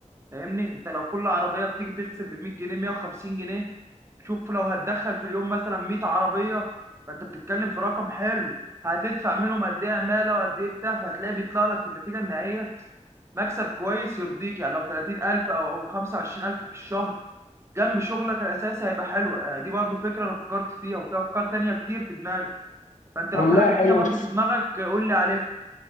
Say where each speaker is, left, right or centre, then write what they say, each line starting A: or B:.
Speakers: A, on the right (about 20°); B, on the left (about 80°).
A: فاهمني انت لو كل عربيه بتيجي تغسل ب 100 جنيه 150 جنيه شوف لو هتدخل في اليوم مثلا 100 عربيه فانت بتتكلم في رقم حلو هتدفع منهم قد ايه عماله وقد ايه بتاع فهتلاقي بيطلع لك في النتيجه النهائيه مكسب كويس يرضيك يعني لو 30000 او 25000 في الشهر جنب شغلك الاساسي هيبقى حلو آه، دي برضو فكره انا فكرت فيها وفي افكار تانية كتير في دماغي فانت لو
B: والله
A: في حاجه
B: حلو
A: تانية برضو
B: بس
A: في دماغك آه، قول لي عليها